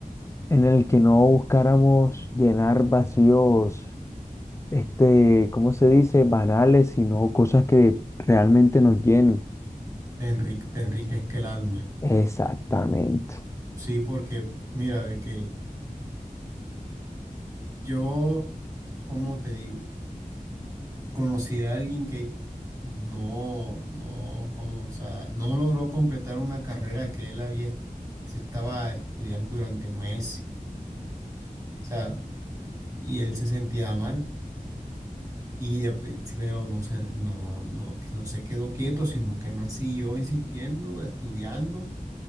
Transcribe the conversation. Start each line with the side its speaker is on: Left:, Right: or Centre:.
Left: en el que no buscáramos llenar vacíos, este, ¿cómo se dice? Banales, sino cosas que realmente nos llenen.
Right: Te enrique, te enriquezca el alma.
Left: Exactamente.
Right: Sí, porque mira, de que yo, ¿cómo te digo? Conocí a alguien que no, no, como, o sea, no logró completar una carrera que él había, est- se estaba estudiando durante meses. O sea, y él se sentía mal. Y, eh, pe- pero no se, no, no, que no se quedó quieto, sino que el man siguió insistiendo, estudiando,